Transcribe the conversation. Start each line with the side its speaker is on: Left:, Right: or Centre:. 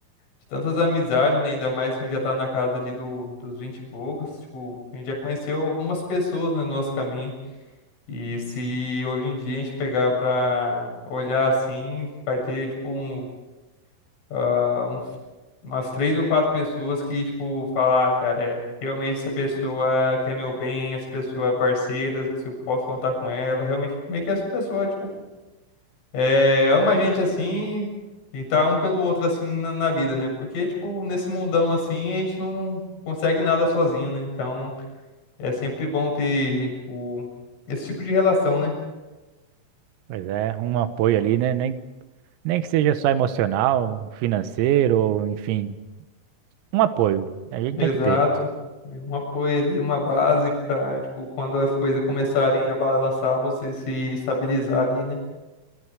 Left: de tantas amizades, né? Ainda mais quem já tá na casa de, do, dos 20 e poucos. Tipo, a gente já conheceu algumas pessoas né, no nosso caminho. E se hoje em dia a gente pegar pra olhar assim, vai ter, tipo, um, ah, um- umas três ou quatro pessoas que, tipo, falar, "Ah, cara, é, realmente essa pessoa quer meu bem, essa pessoa é parceira, se eu posso contar com ela. Realmente, meio que essa pessoa, tipo, é, ama a gente assim e tá um pelo outro assim na, na vida, né? Porque, tipo, nesse mundão assim, a gente não consegue nada sozinho, né? Então é sempre bom ter, tipo, esse tipo de relação, né?
Right: Pois é, um apoio ali, né? Nem, nem que seja só emocional, financeiro, ou enfim, um apoio. A gente
Left: Exato.
Right: tem que ter.
Left: Um apoio ali, uma base pra, tipo, quando as coisas começarem a balançar, você se estabilizar ali, né?